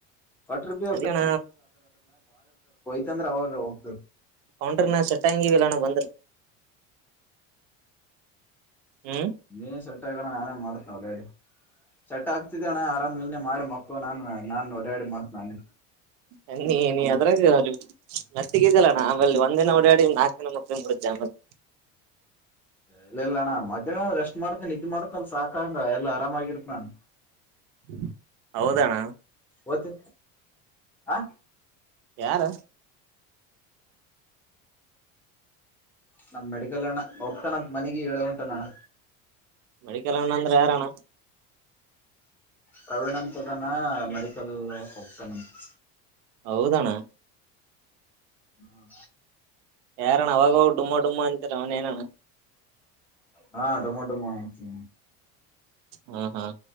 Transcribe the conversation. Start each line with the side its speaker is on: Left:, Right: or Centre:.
Centre: ಕೊಟ್ರ ಬಿ
Right: ಅದಣ
Centre: ಚಂದ್ರೆ ಅವಾಗ ಹೋಗ್ತದೆ
Right: ಹನ್್ರಿ ನಾ ಸೆಟ್ಟ ಹಂಗಿವಲ್ಲಾನ ಬಂದ್ರ ಹ್ಮ್
Centre: ನೀ ಸೆಟ್ಟಕಣ ಮಾಡ್ತಾವ ಹೇಳಡಿ ಚಟ್ ಆಗ್ತಿದ್ದ ಅಣ್ಣ ಆರಾಮ ನೀನೆ ಮಾಡಿ ಮಕ್ಕು ನಾನ ನಾನ್ ಓಡಾಡಿ ಮಾತ್ ನಾನೆ
Right: ಹ್ಮ ನೀ ನೀ ಅದರಾಗ ಅ ಮತ್ತಿಗಿದಲ್ಲಣ್ಣ ಆಮೇಲೆ ಒಂದ್ ದಿನ ಓಡಾಡಿ ನಾಕಕ್ ದಿನ ಮುಕ್ಕ ಮು್ದೆ ಆಮೇಲ್
Centre: ಇಲ್ಲಲ್ಲಣ ಮಧ್ಯಾಹ್ನದ್ರ ಎಷ್ಟ ಇ ಮಾಡ್ತೇನ ಇದ ಮಾಡ್ತನ ಅಲ್ ಸಾಕಂಗ ಎಲ್ಲ ಆರಾಮಾಗಿರ್ತತ್ ನಾನ್
Right: ಹ್ಮ್ ಹೌದಣ್ಣ
Centre: ಒತ್ತು ಆ
Right: ಯಾರ
Centre: ನಮ ಮೆಡಿಕಲ್ಣ ಹೋಗ್ತಾನ ಅಂತ ಮನಗ ಹೇಳೋ ಉಂಟ ನಣ್ಣ
Right: ಮಡಿಕಲ್ಣ ಅಂದ್ರೆ ಯಾರಣ್ಣ
Centre: ಪ್ರವೀಣ್ ಅಂತದಾನ ಮೆಡಿಕಲ್ ಹೋಗ್ತೇಾನಂತೆ
Right: ಹೌದಣ
Centre: ಹ್ಮ
Right: ಯಾರಣ್ಣ ಅವಾಗ ಡುಮ್ಮ ಡುಮ್ಮಾ ಅಂತರ ಅವ್ನ ಏನಣ್ಣ
Centre: ಹಾ ಟೊಮಟೊ ಮಾಡ
Right: ಹಾ ಹಾ